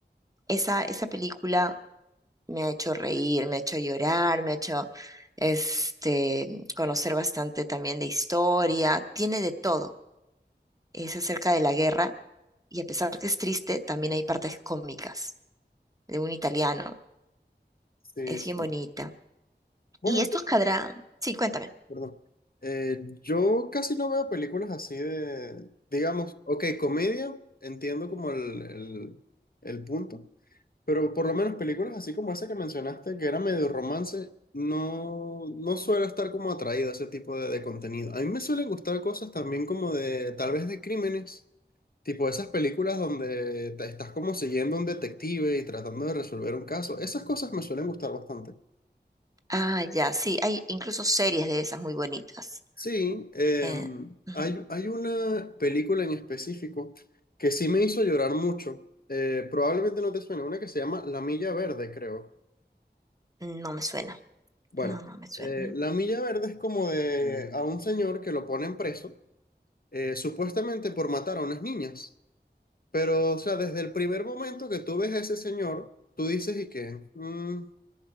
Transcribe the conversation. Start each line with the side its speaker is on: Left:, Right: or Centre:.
Right: Esa, esa película me ha hecho reír, me ha hecho llorar, me ha hecho este, conocer bastante también de historia, tiene de todo. Es acerca de la guerra y a pesar que es triste, también hay partes cómicas de un italiano.
Left: Sí,
Right: Es
Left: sí.
Right: bien bonita.
Left: Bueno,
Right: Y estos
Left: yo,
Right: cadrán, sí, cuéntame.
Left: perdón. Eh, yo casi no veo películas así de, digamos, ok, comedia, entiendo como el, el, el punto, Pero por lo menos películas así como esa que mencionaste, que era medio romance, no, no suelo estar como atraído a ese tipo de, de contenido. A mí me suelen gustar cosas también como de, tal vez de crímenes, tipo esas películas donde te estás como siguiendo a un detective y tratando de resolver un caso. Esas cosas me suelen gustar bastante.
Right: Ah, ya, sí, hay incluso series de esas muy bonitas.
Left: Sí, em,
Right: Eh, ujú,
Left: hay, hay una película en específico que sí me hizo llorar mucho. Eh, probablemente no te suene, una que se llama La Milla Verde, creo.
Right: no me suena,
Left: Bueno,
Right: no, no me suena.
Left: eh, la milla verde es como de a un señor que lo ponen preso, eh, supuestamente por matar a unas niñas. Pero, o sea, desde el primer momento que tú ves a ese señor, tú dices y que "Mm,